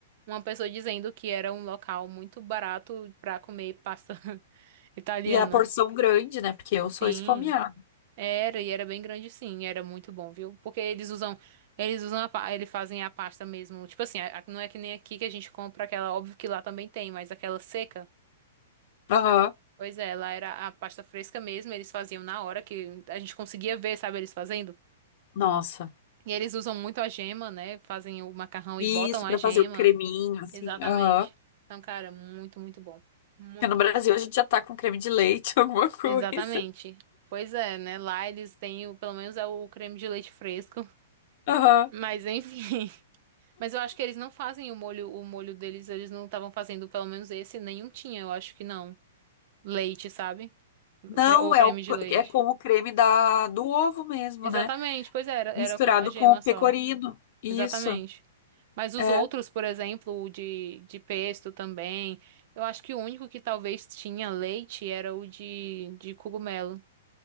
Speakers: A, on the right; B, on the left.
A: uma pessoa dizendo que era um local muito barato pra comer pasta <laughs> italiana.
B: E a porção grande, né? Porque eu
A: Sim.
B: sou esfomeada.
A: Era, e era bem grande sim, era muito bom, viu? Porque eles usam, eles usam a, pa- eles fazem a pasta mesmo. Tipo assim, a- a- não é que nem aqui que a gente compra aquela, óbvio que lá também tem, mas aquela seca.
B: Aham.
A: Pois é, lá era a pasta fresca mesmo, eles faziam na hora que a gente conseguia ver, sabe, eles fazendo.
B: Nossa.
A: E eles usam muito a gema, né? Fazem o macarrão
B: Isso,
A: e botam a
B: pra
A: gema.
B: fazer o creminho, assim.
A: Exatamente.
B: Aham.
A: Então, cara, muito, muito bom. Muito
B: Porque no Brasil
A: bom.
B: a gente já tá com creme de leite, <laughs> alguma coisa.
A: Exatamente. Pois é, né? Lá eles têm, o- pelo menos é o creme de leite fresco. <laughs>
B: Aham.
A: Mas enfim. Mas eu acho que eles não fazem o molho, o molho deles, eles não estavam fazendo, pelo menos esse, nenhum tinha, eu acho que não. Leite, sabe?
B: Não,
A: Cre- Ou
B: é,
A: creme
B: o,
A: de leite.
B: é com o creme da, do ovo mesmo,
A: Exatamente,
B: né?
A: pois era, era
B: Misturado
A: com a gema
B: com o
A: só.
B: pecorino. Isso,
A: Exatamente. Mas os
B: é.
A: outros, por exemplo, o de, de pesto também, eu acho que o único que talvez tinha leite era o de, de cogumelo.